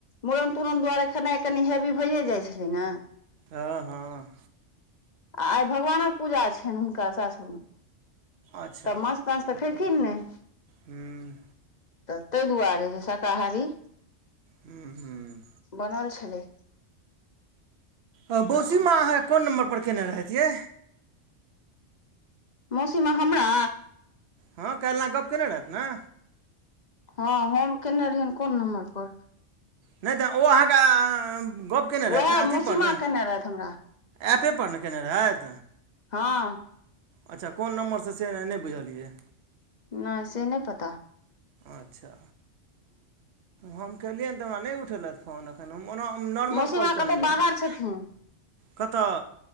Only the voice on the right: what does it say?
अ हँ।
अच्छा
हम्म।
हम्म हम्म।
अ बोसीमा
अहाँ कोन नम्बर पर केने रहैत यै?
हँ कालि आँ गप केने रहैत ने?
नहि तऽ ओ अहाँके एँऽ गप्प केने
रहैथ ने अथी
पर ने
ऐपे पर ने केने रहैत?
अच्छा कोन नम्बर से, से नैय बुझलियै।
अच्छा हम केलियनि तऽ हमा नहि उठेलथि फोन। हम ओना हम नॉर्मल
कॉल केने
रहियेन
कतऽ